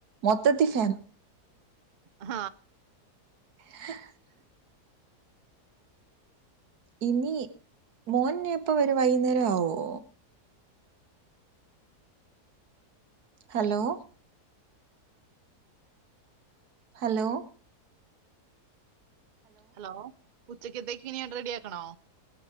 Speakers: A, on the right; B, on the right.
A: മൊത്തത്തി ഫാ
B: ആ
A: <inaudible> ഇനി മോൻ നിപ്പവരുവൈകുന്നേരആവ്വോ ഹലോ ഹലോ
B: ഹലോ ഉച്ചക്കത്തേക്കിനി റെഡിയാക്കണോ